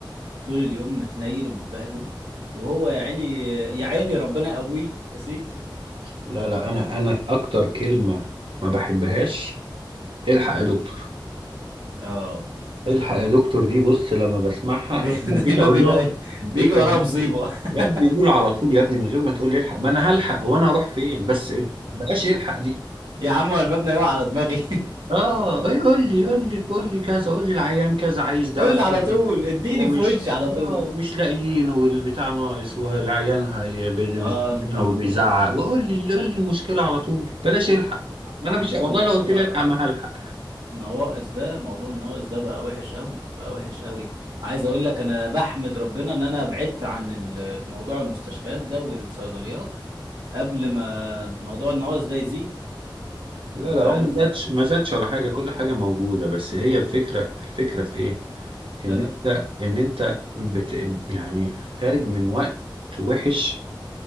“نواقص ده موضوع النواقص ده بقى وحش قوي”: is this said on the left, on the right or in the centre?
Right